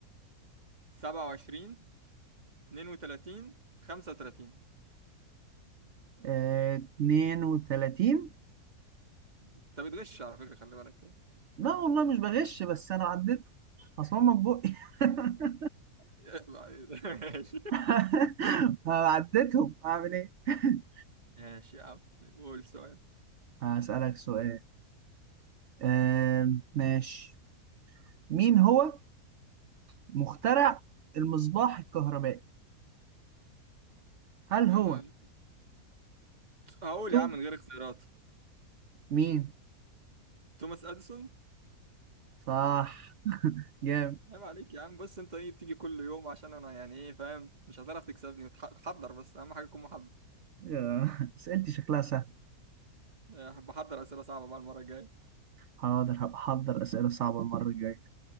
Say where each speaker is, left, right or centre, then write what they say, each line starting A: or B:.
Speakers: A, on the right; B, on the right.
A: 27 32 35
B: آه 32
A: انت بتغش على فكره خلي بالك
B: لا والله مش بغش بس انا عديت اصلا ما بقى <laughs>
A: <laughs> ماشي
B: <laughs> عديتهم اعمل ايه <laughs>
A: ماشي يا عم قول سؤال
B: هسألك سؤال آم، ماشي مين هو مخترع المصباح الكهربائي هل
A: انا
B: هو
A: هقول
B: توم
A: يا عم من غير اختيارات
B: مين
A: توماس اديسون
B: صح جامد
A: عيب عليك يا عم بص انت ايه بتيجي كل يوم عشان انا يعني ايه فاهم مش هتعرف تكسبني وتح- تحضر بس اهم حاجه تكون محضر
B: آه، اسئلتي شكلها سهل
A: آه، بحضر اسئله صعبه بقى المره الجايه
B: حاضر هبقى احضر اسئله صعبه المره الجايه